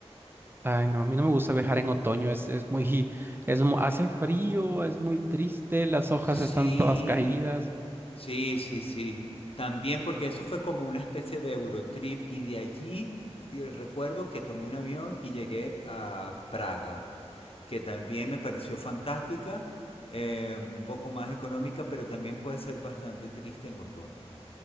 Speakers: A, on the right (about 20°); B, on the left (about 60°).
A: Ay, no, a mí no me gusta viajar en otoño, es, es muy, es, mu- hace frío, es muy triste, las hojas
B: Sí,
A: están todas caídas.
B: sí, sí, sí. También porque eso fue como una especie de Eurotrip y de allí eh, recuerdo que tomé un avión y llegué a Praga. que también me pareció fantástica, eh, un poco más económica, pero también puede ser bastante triste en otoño.